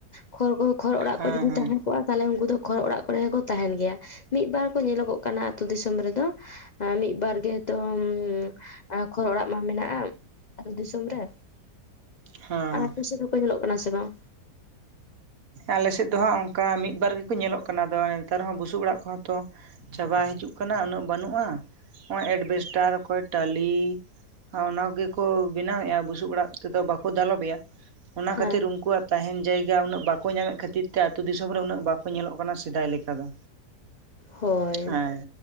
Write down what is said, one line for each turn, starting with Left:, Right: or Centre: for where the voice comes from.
Left: ᱠᱷᱚᱲ ᱠᱚ ᱠᱷᱚᱲ ᱚᱲᱟᱜ
Right: ᱦᱮᱸ
Left: ᱠᱚ ᱡᱩᱫᱤ
Right: ᱦᱮᱸ
Left: ᱛᱟᱦᱮᱸ ᱠᱚᱜᱼᱟ, ᱛᱟᱦᱞᱮ ᱩᱱᱠᱩ ᱫᱚ ᱠᱷᱚᱲ ᱚᱲᱟᱜ ᱠᱚᱨᱮ ᱦᱚᱸᱠᱚ ᱛᱟᱦᱮᱱ ᱜᱮᱭᱟ᱾ ᱢᱤᱫ ᱵᱟᱨ ᱠᱚ ᱧᱮᱞᱚᱜᱚᱜ ᱠᱟᱱᱟ, ᱟᱛᱳ ᱫᱤᱥᱚᱢ ᱨᱮᱫᱚ᱾ ᱮ ᱢᱤᱫ ᱵᱟᱨ ᱜᱮᱛᱚ, ᱩᱢ ᱠᱷᱚᱲ ᱚᱲᱟᱜ ᱢᱟ ᱢᱮᱱᱟᱜᱼᱟ᱾ ᱟᱛᱳ ᱫᱤᱥᱚᱢ ᱨᱮ᱾
Right: ᱦᱮᱸ
Left: ᱟᱨ ᱟᱯᱮ ᱥᱮᱫ ᱦᱚᱸᱠᱚ ᱧᱮᱞᱚᱜ ᱠᱟᱱᱟ ᱥᱮ ᱵᱟᱝ?
Right: ᱟᱞᱮ ᱥᱮᱫ ᱫᱚᱦᱟᱸᱜ ᱚᱱᱠᱟ ᱢᱤᱫᱵᱟᱨ ᱜᱮᱠᱚ ᱧᱮᱞᱚᱜ ᱠᱟᱱᱟ, ᱟᱫᱚ ᱱᱮᱛᱟᱨ ᱦᱚᱸ ᱵᱩᱥᱩᱵ ᱚᱲᱟᱜ ᱠᱚᱦᱚᱸ ᱛᱚ ᱪᱟᱵᱟ ᱦᱤᱡᱩᱜ ᱠᱟᱱᱟ, ᱩᱱᱟᱹᱜ ᱵᱟᱹᱱᱩᱜᱼᱟ ᱱᱚᱜ ᱚᱭ ᱮᱰᱵᱮᱥᱴᱟᱨ ᱚᱠᱚᱭ ᱴᱟᱞᱤ ᱟᱨ ᱚᱱᱟ ᱜᱮᱠᱚ ᱵᱮᱱᱟᱣᱮᱜ-ᱟ ᱵᱩᱥᱩᱵ ᱚᱲᱟᱜ ᱛᱮᱫᱚ, ᱵᱟᱠᱚ ᱫᱟᱞᱚᱵᱮᱜ-ᱟ᱾ ᱚᱱᱟ
Left: ᱦᱮᱸ
Right: ᱠᱷᱟᱹᱛᱤᱨ ᱩᱝᱠᱩᱣᱟᱜ ᱛᱟᱦᱮᱱ ᱡᱟᱭ -ᱡᱟ ᱩᱱᱟᱹᱜ ᱵᱟᱠᱚ ᱧᱟᱢᱮᱫ ᱠᱷᱟᱹᱛᱤᱨ ᱛᱮ, ᱟᱹᱛᱩ ᱫᱤᱥᱚᱢ ᱨᱮ ᱩᱱᱟᱹᱜ ᱵᱟᱠᱚ ᱧᱮᱞᱚᱜ ᱠᱟᱱᱟ ᱥᱮᱫᱟᱭ ᱞᱮᱠᱟ ᱫᱚ᱾
Left: ᱦᱳᱭᱻ
Right: ᱦᱮᱸ